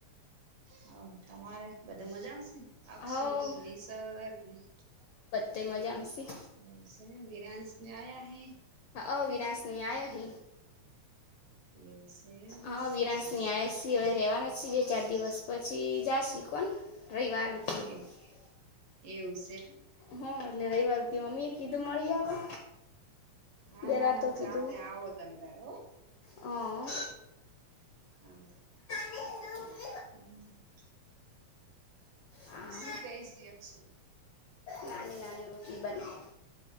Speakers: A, on the right (about 65°); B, on the left (about 75°).
A: હ. તમારે બધા મજા આવશે અક્ષુ
B: હા
A: નિસર્ગની.
B: એ મજામાં. છી
A: એવ છે વિરન્સ ન્યાય હ.
B: અવિરાશની આયો હ.
A: એવું સે એમ
B: હા
A: સારું
B: વિરાશ ની
A: સારું
B: આયાી હવે રેવાના જ છી બે ચાર દિવસ પછ છ જા કો રઈવાર સુધી.
A: એ એવું છે.
B: હા એટલે રવિ વારથી મમ્મી એ કીધું મળી આવે.
A: હા
B: બે
A: ના
B: રાતો
A: ના ચાલે
B: કીધું
A: આવો તમે ધારો.
B: હા
A: હા.
B: <inaudible>
A: હમ.
B: આ
A: શું કઈ શિયશું.
B: નાની નાની રુટી બના.